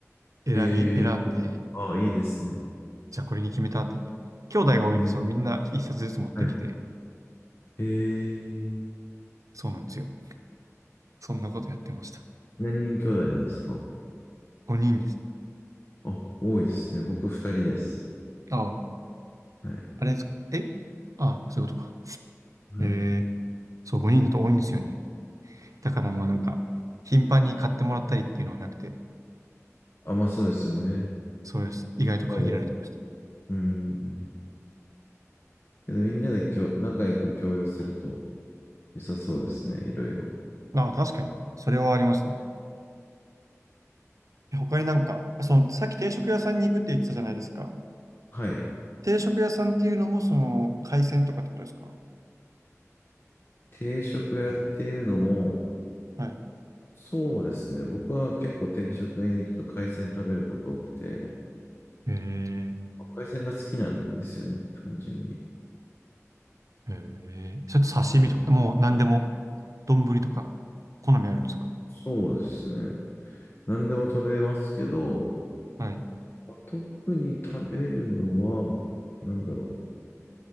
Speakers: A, on the right (about 80°); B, on the left (about 45°).
A: 選び、
B: えー、
A: 選んで、
B: あ、いいですね。
A: じゃあこれに決めたって言って、兄弟が多いんで、
B: えー、
A: そう、みんな1冊ずつ持ってきて、
B: はい、えー、
A: そうなんですよ。そんなことやってました。
B: 何人兄弟なんですか
A: 5人です。
B: あ、多いですね。僕二人です。
A: ああ、
B: はい、
A: あれですか。えああ、そういうことか。
B: はい。
A: えー、そう、5人だと多いんですよね。だからまあなんか、
B: えー、
A: 頻繁に買ってもらったりっていうのはなくて、
B: あ、まあそうですよね。
A: そうです。意外と限られてました。
B: みんなで、うん、うん。けどみんなできょ、仲良く共有すると良さそうですね、いろいろ。
A: <laughs> ああ、確かに。それはありますね。え他になんか、その、さっき定食屋さんに行くって言ってたじゃないですか。
B: はい。
A: 定食屋さんっていうのも、その、海鮮とかってことですか
B: 定食屋っていうのも、
A: はい。
B: そうですね。僕は結構定食屋に行くと海鮮食べること多くて、
A: へえ、
B: 海鮮が好きなんですよね、単純に。
A: へえ。ちょっと刺身とか、
B: はい。
A: もう何でも、丼とか、好みあるんですか
B: そうですね。何でも食べますけど、
A: はい。
B: まあ特に食べるのは、なんだろうな。